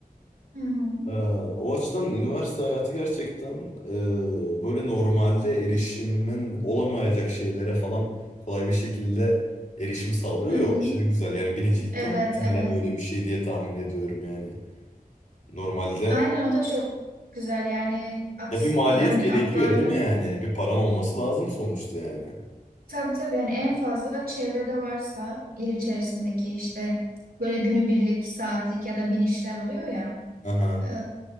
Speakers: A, on the right (about 80°); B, on the left (about 55°).
A: Hı hı.
B: E, o açıdan üniversite hayatı gerçekten e, böyle normalde erişimin olamayacak şeylere falan kolay bir şekilde erişim sağlıyor
A: Hı
B: ya
A: hı.
B: o aşırı güzel. Yani binicilik
A: Evet,
B: de muhtemelen
A: evet.
B: öyle bir şey diye tahmin ediyorum yani. Normalde
A: Aynen o da çok güzel yani at
B: Ya bir maliyet
A: hani
B: gerekiyor
A: atlarla.
B: değil mi yani? Bir paran olması lazım sonuçta yani.
A: Tabii tabii yani en fazla çevrede varsa il içerisindeki işte böyle günübirlik, saatlik ya da binişler oluyor ya.
B: Aha.
A: e,